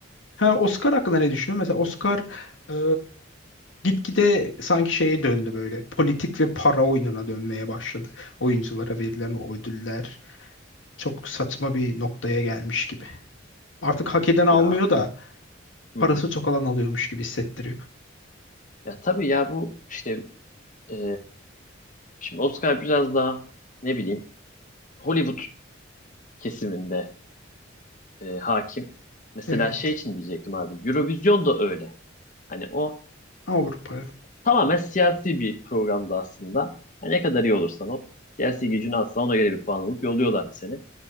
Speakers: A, on the left; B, on the left.
A: Ha, Oscar hakkında ne düşünüyorsun? Mesela Oscar e, gitgide sanki şeye döndü böyle. Politik ve para oyununa dönmeye başladı. Oyunculara verilen o ödüller çok saçma bir noktaya gelmiş gibi. Artık hak eden almıyor
B: Ya
A: da
B: hı
A: parası
B: hı.
A: çok alan alıyormuş gibi hissettiriyor.
B: Ya tabii ya bu işte e, şimdi Oscar biraz daha ne bileyim Hollywood kesiminde e, hakim. Mesela
A: Evet.
B: şey için diyecektim abi. Eurovision da öyle. Hani o
A: Avrupa.
B: tamamen siyasi bir programdı aslında. Hani ne kadar iyi olursan ol. Siyasi gücünü atsan ona göre bir puan alıp yolluyorlardı seni.